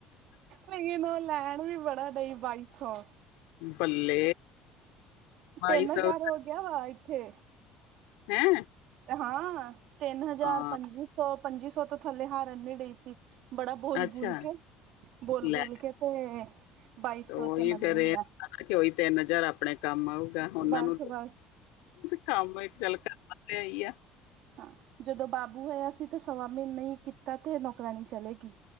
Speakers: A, on the right; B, on the left.
A: ਲੇਕਿਨ ਉਹ ਲੈਣ ਵੀ ਬੜਾ ਡਈ ਬਾਈ ਪੰਜ ਸੌ,
B: ਬੱਲੇ, ਬਾਈ
A: ਤਿੰਨ
B: ਸੌ
A: ਹਜ਼ਾਰ ਹੋ ਗਿਆ ਵਾ ਇੱਥੇ,
B: ਹੈਂ
A: ਹਾਂ ਤਿੰਨ ਹਜ਼ਾਰ
B: ਹਾਂ
A: ਪੰਜੀ ਸੌ ਪੰਜੀ ਸੌ ਤੋਂ ਥੱਲੇ ਹਾਰ ਇਨੀ ਡਈ ਸੀ। ਬੜਾ ਬੋਲ,
B: ਅੱਛਾ
A: ਬੋਲ ਕੇ ਬੋਲ,
B: ਲੈ
A: ਬੋਲ ਕੇ ਤੇ ਬਾਈ ਸੌ
B: ਉਹੀ
A: ਚ ਮੰਨੀ
B: ਫੇਰ ਇਹ
A: ਆ।
B: ਕਿ ਉਈ ਤਿੰਨ ਹਜ਼ਾਰ ਆਪਣੇ ਕੰਮ ਆਊਗਾ, ਉਹਨਾਂ
A: ਬਸ
B: ਨੂੰ
A: ਬਸ
B: ਕੰਮ ਇੱਕ ਚੱਲ ਕਰ। ਬਸ ਈਹੀ ਆ।
A: ਹਾਂ ਜਦੋਂ ਬਾਬੂ ਹੋਇਆ ਸੀ, ਤੇ ਸਵਾ ਮਹੀਨੇ ਹੀ ਕੀਤਾ ਤੇ ਨੌਕਰਾਣੀ ਚਲੇਗੀ।